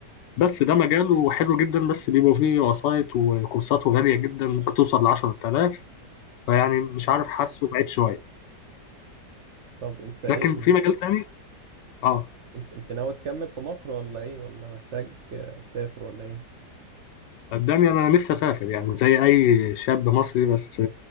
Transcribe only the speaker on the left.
بس ده مجاله حلو جدا بس بيبقوا فيه وسايط وكورساته غالية جدا ممكن توصل لعشرة آلاف فيعني مش عارف حاسه بعيد شوية
لكن
في مجال تاني اه
قدامي أنا نفسي أسافر يعني زي أي شاب مصري بس